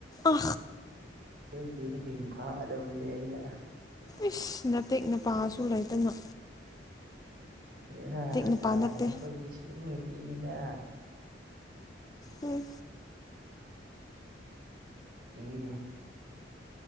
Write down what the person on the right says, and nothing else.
ꯅꯣꯏ ꯆꯦꯗ ꯍꯤꯡ ꯐꯥꯗꯕꯅꯦ ꯑꯩꯅ
ꯏꯍꯥ
ꯇꯥꯗ
ꯑꯩꯈꯣꯏꯁꯨꯦ ꯁꯦꯝꯉ ꯃꯤꯅꯤꯅ
ꯃꯤꯗꯤ